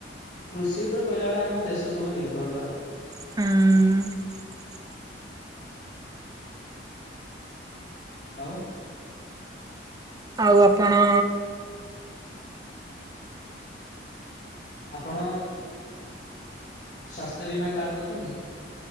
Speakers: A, on the left (about 40°); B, on the right (about 20°).
A: କୃଷି ଉପରେ କହିଲା ଭଳିଆ ଆମ ଦେଶ ସବୁ ନିର୍ଭର ପୁରା।
B: ଉଁ।
A: ଆଉ?
B: ଆଉ ଆପଣ
A: ଆପଣ ଅ-ସ୍ଵାସ୍ଥ୍ୟ ବୀମା କାର୍ଡ କରିଚନ୍ତି।